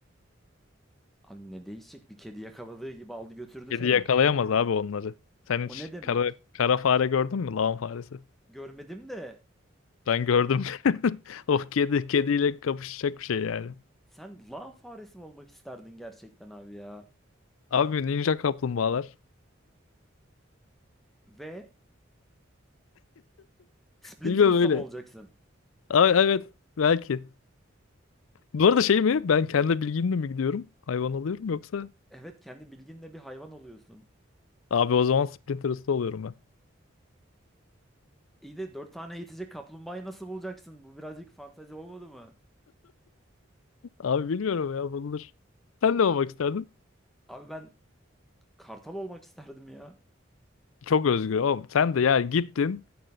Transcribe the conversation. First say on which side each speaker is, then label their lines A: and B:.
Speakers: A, in the centre; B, on the left.
A: Abi ne değişecek? Bir kedi yakaladığı gibi aldı götürdü
B: Kedi
A: seni.
B: yakalayamaz abi onları. Sen
A: O
B: hiç
A: ne demek?
B: kara, kara fare gördün mü? Lağım faresi.
A: Görmedim de
B: Ben gördüm. <laughs> O kedi kediyle kapışacak bir şey yani.
A: Sen lan faresi mi olmak isterdin gerçekten abi ya?
B: Abi ninja kaplumbağalar.
A: Ve Splinter
B: Bilmiyorum
A: Usta
B: öyle.
A: mı olacaksın?
B: Abi, evet belki. Bu arada şey mi? Ben kendi bilgimle mi gidiyorum? Hayvan alıyorum yoksa
A: Evet kendi bilginle bir hayvan oluyorsun.
B: Abi o zaman Splinter Usta oluyorum ben.
A: İyi de dört tane eğitecek kaplumbağayı nasıl bulacaksın? Bu birazcık fantezi olmadı mı?
B: Abi bilmiyorum ya bulunur. Sen ne olmak isterdin?
A: Abi ben kartal olmak isterdim ya.
B: Çok özgür oğlum. Sen de yani gittin